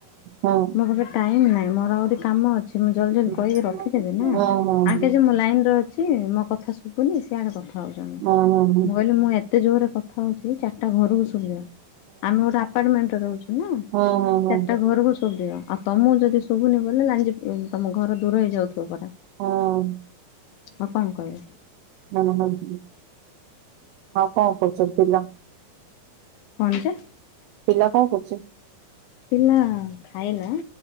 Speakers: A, on the right; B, on the left.
A: ହୁଁ
B: ମୋ ପାଖରେ ଟାଇମ୍ ନାହିଁ ମୋର ଆହୁରି କାମ ଅଛି। ମୁଁ ଜଲ୍ଦି ଜଲ୍ଦି
A: ହୁଁ।
B: କହିକି ରଖିଦେବି ନା
A: ହଁ ହଁ
B: ଆଣ୍ଟି
A: ହଁ।
B: ଯେ ମୁଁ ଲାଇନ୍ ରେ ଅଛି ଛି ମୋ କଥା ଶୁଭୁନି ସିଆଡେ କଥା ହଉଛନ୍ତି।
A: ହଁ ହଁ।
B: ମୁଁ କହିଲି ମୁଁ ଏତେ ଜୋରେ କଥା ହଉଛି ଚାରିଟା ଘରକୁ ଶୁଭିବ। ଆମେ ଗୋଟେ ଆପାର୍ଟମେଣ୍ଟରେ ରହୁଛୁ ନା
A: ହଁ ହଁ ହଁ ହଁ ହଁ ହଁ ହଁ ହଁ।
B: ଚାରିଟା ଘରକୁ ଶୁଭିବ। ଆଉ ତମକୁ ଯଦି ଶୁଭୁନି ଭଲରେ ଜାଣିଛି ତମ ଘର ଦୂର ହେଇଯାଉଥିବ ପରା।
A: ହଁ।
B: ଆଉ କଣ କହିବି?
A: ମଲେ ମରିଯିବି। ଆଉ କଣ କରୁଛନ୍ତି ପିଲା?
B: କଣ ଯେ?
A: ପିଲା କଣ କରୁଛନ୍ତି?
B: ପିଲା ଖାଇଲା